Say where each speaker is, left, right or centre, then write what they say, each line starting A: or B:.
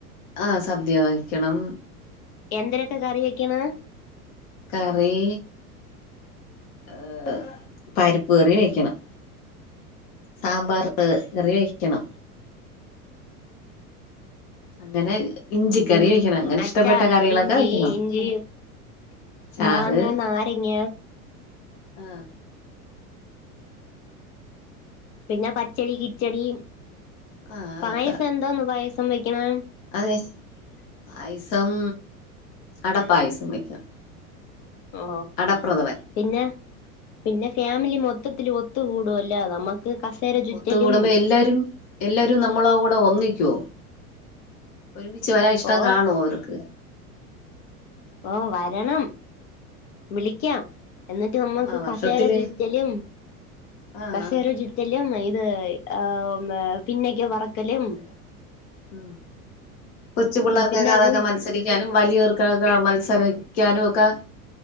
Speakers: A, on the left (about 20°); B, on the left (about 40°).
A: ആഹ് സദ്യ വഹിക്കണം
B: എന്തരൊക്കെ കറി വെക്കാണ്
A: കറി ഏ പരിപ്പ് കറി വെക്കണം സാമ്പാർപ്പ് കറി വെക്കണം അങ്ങനെ ഇഞ്ചിക്കറി
B: ഉം
A: വെക്കണം അങ്ങനെ
B: അച്ചാറ്
A: ഇഷ്ടപ്പെട്ട കറികളൊക്കെ
B: ഇഞ്ചി
A: വെക്കണം
B: ഇഞ്ചി
A: ചാറ്
B: മാങ്ങ നാരങ്ങ
A: ആഹ്
B: പിന്നെ പച്ചടി, കിച്ചടി,
A: ആഹ് അതൊക്കെ
B: പായസം എന്തോന്ന് പായസം വെക്കണ്
A: അതെ പായസം അട പായസം വയ്ക്കാം
B: ഓ
A: അടപ്രഥമൻ
B: പിന്നെ പിന്നെ ഫാമിലി മൊത്തത്തില് ഒത്ത് കൂടോല്ലോ നമ്മക്ക് ക്ക്, കസേര ചുറ്റലും
A: ഒത്തുകൂടുമ്പോ എല്ലാരും എല്ലാരും നമ്മളെ കൂടെ ഒന്നിക്കോ ഒരുമിച്ച് വരാൻ ഇഷ്ടം
B: ഓ
A: കാണുവോ അവർക്ക്
B: ഓ വരണം വിളിക്കാം എന്നിട്ട് നമ്മുക്ക്
A: ആഹ് വർഷത്തില്
B: കസേര ചുറ്റലും
A: ആഹ്
B: കസേര
A: ആഹ്
B: ചുറ്റു- റ്റലും ഇത് ഏ ഓമേ പിന്നക്ക് പറക്കലും
A: ഉ കൊച്ചു പിള്ളേർക്കൊക്കെ
B: പിന്നെ
A: അതൊക്കെ
B: ഊ
A: മത്സരിക്ക- ക്കനും വലിയവർകൊക്കെ മത്സരിക്കാനും ഒക്കെ